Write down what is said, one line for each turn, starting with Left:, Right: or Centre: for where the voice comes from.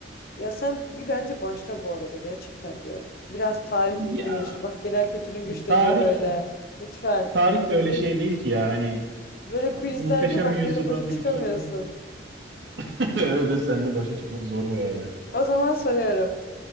Left: Ya sen bir bence başla bu arada gerçekten diyorum. Biraz tarih
Right: Ya
Left: bilgini geliştir. Bak genel kültürün güçleniyor
Right: tarih
Left: böyle. Lütfen.
Right: tarih de öyle
Left: Böyle,
Right: şey değil ki ya hani
Left: böyle
Right: e,
Left: quizlerde
Right: muhteşem
Left: bak
Right: yüzyıldan
Left: benimle başa
Right: da
Left: çıkamıyorsun.
Right: güçlenmez. <laughs> Öyle de seninle başa çıkmak zor baya ya.
Left: O zaman soruyorum.